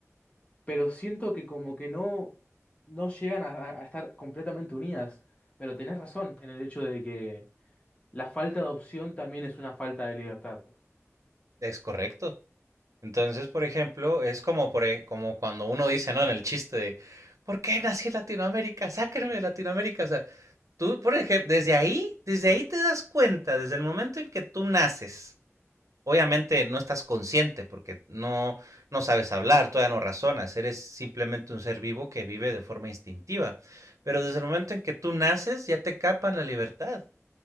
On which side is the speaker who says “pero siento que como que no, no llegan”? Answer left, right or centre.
Left